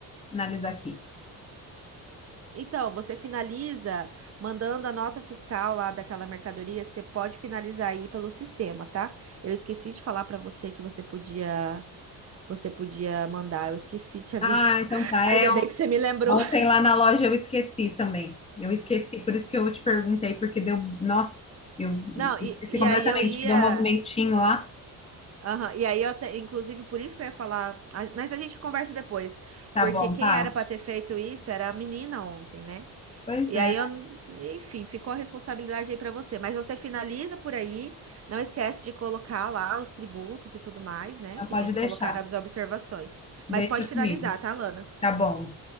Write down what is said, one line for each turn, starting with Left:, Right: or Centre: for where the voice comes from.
Left: finalizar aqui?
Right: Então, você finaliza mandando a nota fiscal lá daquela mercadoria, você pode finalizar aí pelo sistema, tá? Eu esqueci de falar para você que você podia, você podia mandar, eu esqueci de te avisar.
Left: Ah, então
Right: <laughs>
Left: tá. É,
Right: Ainda bem
Left: on-
Right: que você me lembrou.
Left: ontem lá na loja eu esqueci também. Eu esqueci, por isso que eu te perguntei, porque deu. Nossa, eu
Right: Não,
Left: esqueci
Right: e, e
Left: completamente,
Right: aí eu ia.
Left: que deu um movimentinho lá.
Right: Aham, e aí eu, te- inclusive, por isso que eu ia falar. a- Mas a gente conversa depois.
Left: Tá
Right: Porque
Left: bom,
Right: quem
Left: Paty?
Right: era pra ter feito isso era a menina ontem, né?
Left: Pois
Right: E
Left: é,
Right: aí eu, enfim, ficou a responsabilidade aí pra você. Mas você finaliza por aí, não esquece de colocar lá os tributos e tudo mais, né?
Left: não
Right: Que
Left: pode
Right: tem que
Left: deixar.
Right: colocar nas observações.
Left: Deixa
Right: Mas pode finalizar,
Left: comigo.
Right: tá, Lana?
Left: Tá bom.